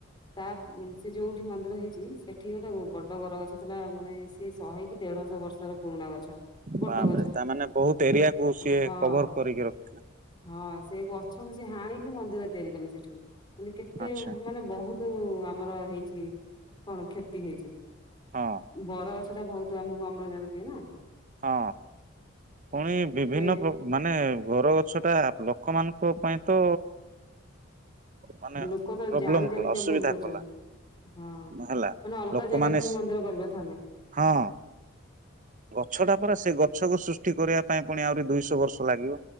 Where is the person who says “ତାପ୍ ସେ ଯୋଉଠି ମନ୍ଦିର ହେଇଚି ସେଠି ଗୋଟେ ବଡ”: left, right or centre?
Left